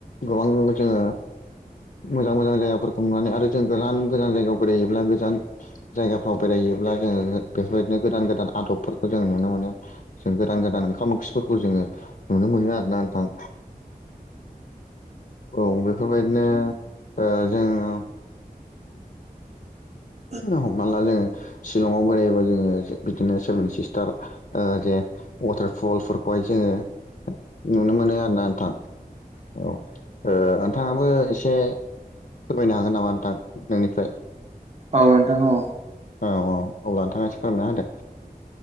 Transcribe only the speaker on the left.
गोबां जोङो मोजां मोजां जायगाफोरखौ नुनानै आरो जों गोजान गोजान जायगायाव बेराइ बेयोब्ला गोजान जायगाफ्राव बेरायहैयोब्ला जोङो बेफोरबायदिनो गोदान गोदान आदबफोरखौ जों नुनो मोनो। जों गोदान गोदान ओंखाम ओंख्रिफोरखौ जोङो नुनो मोनो आरोना नोंथां। औ बेफोरबायदिनो ओ जोङो
हमना ला जोङो शिलंआव बेरायोबा जोङो बिदिनो सेभेन सिस्टार ओ जे वाटारफलफोरखौ हाय जोङो नुनो मोनो आरो ना नोंथां। औ ओ नोंथाङाबो एसे फोरमायनो हागोन नामा नोंथां नोंनिफ्राय?
औ औ अब्ला नोंथाङासि फोरमायना होदो।